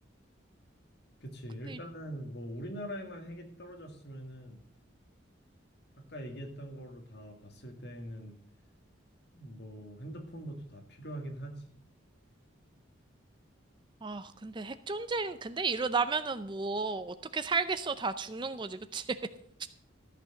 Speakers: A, on the left; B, on the right.
A: 그치. 일단은
B: 근데 이-
A: 뭐 우리나라에만 핵이 떨어졌으면은 아까 얘기했던 거로 다 봤을 때에는 뭐 핸드폰부터 다 필요하긴 하지.
B: 아 근데 핵 전쟁 근데 일어나면은 뭐 어떻게 살겠어 다 죽는 거지 그치 <laughs>